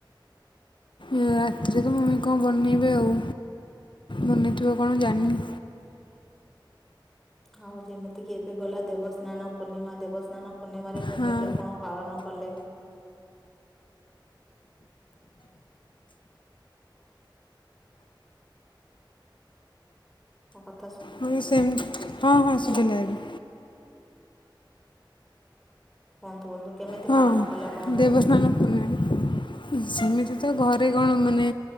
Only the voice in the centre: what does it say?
ଖାଉ ଯେମିତି କିି ଏବେ ଗଲା ଦେବସ୍ନାନ ପୂର୍ଣ୍ଣିମା। ଦେବସ୍ନାନ ପୂର୍ଣ୍ଣିମାରେ କେମିତି
ଆପଣ ପାଳନ କଲେ? ହଁ କ
ବନ୍ଧୁ, ବନ୍ଧୁ। କେମିତି
ପାଳନ କଲେ ଆପଣ